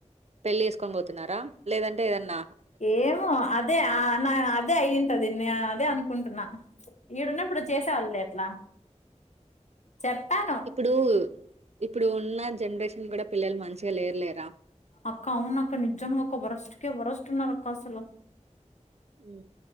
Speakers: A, on the right; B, on the left.
A: పెళ్లి చేసుకొని పోతున్నారా లేదంటే ఏదన్న
B: ఏమో అదే నా అదే అయ్యుంటుంది అదే అను కుంటున్నా ఈడున్నప్పుడు చేసేవాళ్ళులే అట్లా చెప్పాను
A: ఇప్పుడు ఇప్పుడు ఉన్న జనరేషన్ కూడ పిల్లలు మంచిగా లేరులేరా
B: అక్క అవునక్క నిజంగా ఒక వరెస్ట్ కే వరెస్ట్ ఉన్నారు అక్క అసలు
A: ఉ